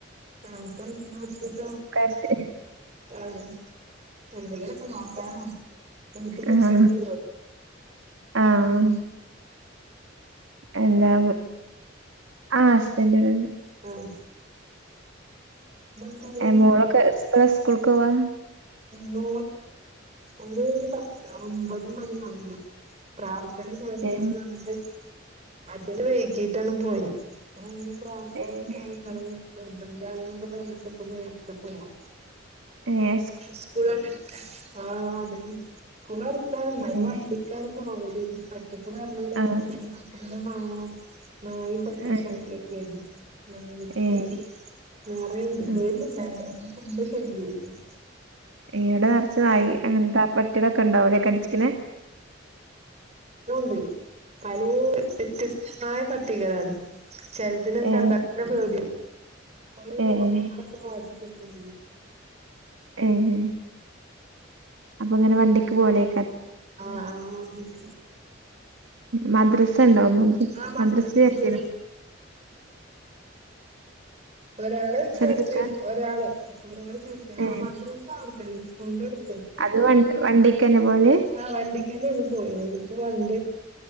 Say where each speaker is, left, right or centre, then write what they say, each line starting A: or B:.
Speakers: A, on the right; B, on the right.
A: ആപ്പട്ട
B: വിചാരിച്ച്
A: ആഹ എന്ത കേത്ത നക്കട്ട
B: ആഹ്
A: കണ്ടെ
B: ആഹ്
A: ആഹ
B: എന്താ ആ ഹസ്ബൻഡടെണ്ട്
A: ആഹ് ഇതെന്തായി
B: മോളൊക്കെ സ്കൂൾക്ക് പോവാ
A: നൂ ഒരു ഒരു പത്ത് ഒമ്പത് മണിയ ആവുമ്പോ പ്രാർഥ ചേർക്കണം
B: ഏഹ്
A: പറഞ്ഞിട്ട് മറ്റേ വൈകിട്ടാണ് പോയി പ്രാർത്ഥനക്കണം
B: ഏഹ്
A: നിർബന്ധമാണ എന്നൊക്കെ പറഞ്ഞിട്ട് ഇപ്പ നേരത്തെ പോണം
B: ഏ
A: സ്കൂള ആഹ അതന്ന ഇപ്പളർത്തന്ന
B: ഏഹ്
A: അത് വണ്ടിക്കാണ്ും പോല ഇപ്പം പറഞ്ഞു വിടാൻ
B: ആഹ്
A: നോക്കി ഇരിക്കുന്നു എന്തോന്നാവുവോ മായയും പ്രത്യ
B: ഏഹ്
A: ശാന്തിയും ഒക്കെയാണ് ആ ഇപ്പ
B: ഏഹ്
A: നിറയണ്ട്
B: ആഹ്
A: ഡെയിലി ഇണ്ട് ഇപ്പ ഫുഡ് ശല്യംമായിട്ടു <inaudible>
B: ഈടെ നിറച്ചതായി അങ്ങനെത്തെ പട്ടികടൊക്കെ ഉണ്ടാവലൊക്കെ അടിച്ചിക്കുന്ന
A: <unintelligible> പല വ്യത്യസ്തമായ പട്ടികളാണ് ചിലതിനൊക്കെ
B: ഏഹ്
A: കണ്ടാത്തന്നെ പേടിയാകും ഒരു രോഗത്തെ
B: ഏഹ്
A: ബാധിക്കുന്ന
B: ഏ ഹേ അപ്പൊ ഇങ്ങനെ വണ്ടിക്ക് പോലെയ
A: ആഹ ആ വണ്ടിക്ക്
B: മദ്രസ് ഉണ്ടാവും മദ്രസ്
A: ആഹ് മദ്ര
B: മദ്രസ് ചത്തി
A: മദ്ര ഒരാള ചേർത്ത്
B: അടുത്താ
A: ഒരാള് ഒരാള് ചേർത്ത് ആ
B: ഏ
A: മദ്രസ അവിത്തന്നെ സ്കൂളിന്റെ അടു
B: അത് വ വണ്ടിക്കന്നെ പോവല്
A: ആഹ് വണ്ടിക്കാര് വന്നു പോയേയുള്ളു ഇപ്പം വണ്ടി